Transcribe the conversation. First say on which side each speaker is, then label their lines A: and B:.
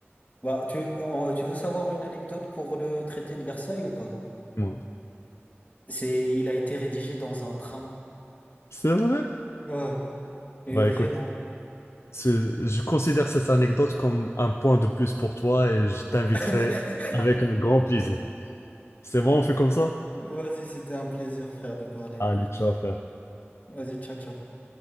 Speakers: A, on the left; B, on the left.
A: Bah, tu, en- tu veux savoir une anecdote pour le traité de Versailles ou pas?
B: Ouais.
A: C'est, il a été rédigé dans un train.
B: C'est vrai?
A: Ouais, et
B: Bah
A: vraiment.
B: écoute, ce- je considère cette anecdote comme un point de plus pour toi et je t'inviterai
A: <laughs>
B: avec un grand plaisir. C'est bon, on fait comme ça?
A: Vas-y, c'était un plaisir, frère, de parler.
B: Allez, ciao, frère.
A: Vas-y, ciao, ciao.